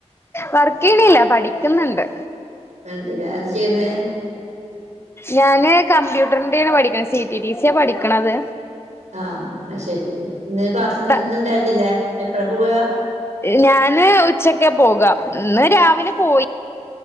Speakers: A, on the left; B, on the right.
A: വർക്ക് ചെയ്യുനില്ല പഠിക്കുന്നുണ്ട്.
B: എന്തിരാ ചെയ്യുന്നേ
A: ഞാന് കമ്പ്യൂട്ടറിന്റെയണ് പഠിക്കണ സി ടി ടി സിയ പഠിക്കണത്.
B: ആഹ് ആഹ് ശെരി ഇന്ന് ക്ലാസ്
A: ഉം
B: ഇ ഇണ്ടായിരുന്നില്ലേ എപ്പഴാ പോവ.
A: ഞാന് ഉച്ചക്കെ പോകാം ഇന്ന് രാവിലെ പോയി.